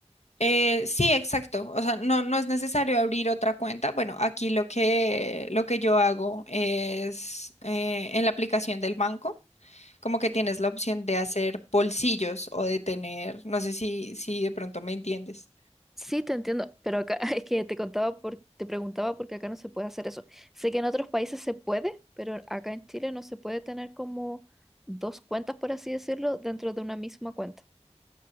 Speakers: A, on the left; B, in the centre.
A: Eh, sí, exacto. O sea, no, no es necesario abrir otra cuenta. Bueno, aquí lo que, lo que yo hago es eh, en la aplicación del banco, como que tienes la opción de hacer bolsillos o de tener, no sé si, si de pronto me entiendes.
B: Sí, te entiendo, pero acá <laughs> es que te contaba por, te preguntaba porque acá no se puede hacer eso. Sé que en otros países se puede, pero acá en Chile no se puede tener como dos cuentas, por así decirlo, dentro de una misma cuenta.